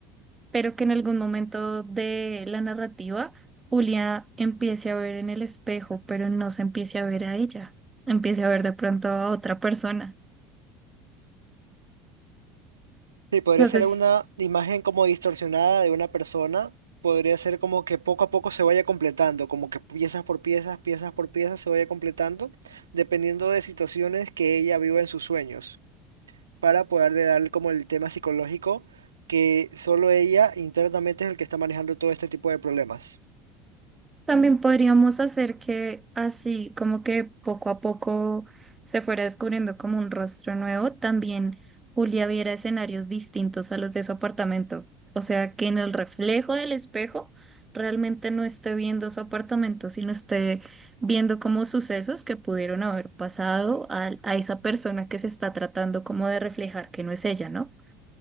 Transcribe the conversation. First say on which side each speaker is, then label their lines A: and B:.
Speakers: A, on the right; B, on the right.
A: pero que en algún momento de la narrativa Julia empiece a ver en el espejo, pero no se empiece a ver a ella, empiece a ver de pronto a otra persona.
B: Sí, podría
A: Entonces,
B: ser una imagen como distorsionada de una persona, podría ser como que poco a poco se vaya completando, como que piezas por piezas, piezas por piezas se vaya completando, dependiendo de situaciones que ella viva en sus sueños. para poder de dar como el tema psicológico que solo ella internamente es el que está manejando todo este tipo de problemas.
A: También podríamos hacer que así, como que poco a poco se fuera descubriendo como un rostro nuevo, también Julia viera escenarios distintos a los de su apartamento. O sea, que en el reflejo del espejo realmente no esté viendo su apartamento, sino esté viendo como sucesos que pudieron haber pasado a, a esa persona que se está tratando como de reflejar que no es ella, ¿no?